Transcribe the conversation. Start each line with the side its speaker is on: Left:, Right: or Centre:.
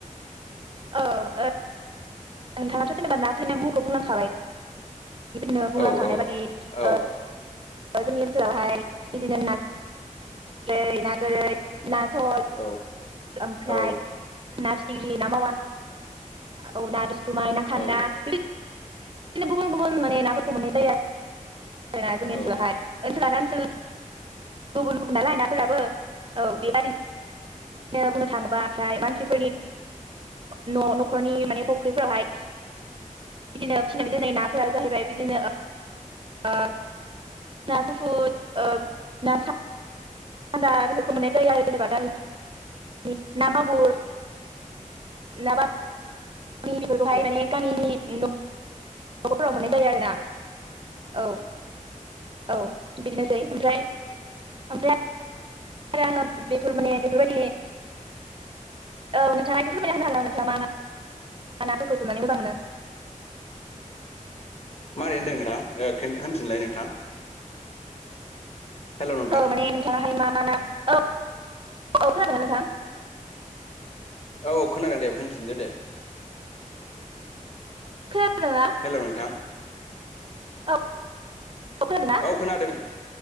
Right: औ। नोंथाङाथ‌ जेनेबा ना फोरनि मुंखौ बुंलांखाबाय बेबायदिनो बुंलांखानाय
Left: औ औ
Right: बायदि
Left: औ
Right: ओ ओ जोंनि ओनसोलावहाय बिदिनो <unintelligible> ना गोरै <unintelligible> सल
Left: औ
Right: ओमफ्राय
Left: औ
Right: ना फिथिग्रि ना मावा औ ना दुसुमाय ना खान्दा
Left: औ
Right: बिदिनो गुबुन गुबुन माने नाफोरखौ मोननाय जायो आरो। जोना जोंनि
Left: औ
Right: ओनसोलावहाय ओनसोलानो सोल गुबुन गुबुन नालाय‌ नाफोराबो औ बेबादि <unintelligible> बुंनो थाङोबा ओमफ्राय मानसिफोरनि न‌ न खरनि माने फख्रिफ्रावहाय बिदिनो फिसिनानै दोननाय नाफोरा जाहैबाय बिदिनो ओ ना गुफुर ओ ना <unintelligible> न्दा बेफोरखौ मोननाय जायो आरो जेनेबा गामिनि ना मागुर ना बामि बेफोरखौहाय
Left: औ
Right: माने गामिनि नखरफोराव मोननाय जायो आरोना औ औ बेनोसै ओमफ्राय ओमफ्राय आरो आङो बेफोर माने बेफोरबायदि औ नोंथाङा एसे फोरमायना होनो हागोन ना नोंथाङा मा ना? ना फोरखौ जानानै मोजां मोनो
Left: माबोरै होनदों नोंथां ओ खोन होनफिनलाय नोंथां हेल' नोंथां
Right: औ माने नोंथाङाहाय मा मा ना औ औ खोनादोंना नोंथां?
Left: औ खोनादों दे होनफिनदो दे
Right: खोनादोंना
Left: हेल' नोंथां।
Right: औ खोनादोंना
Left: औ खोनादों।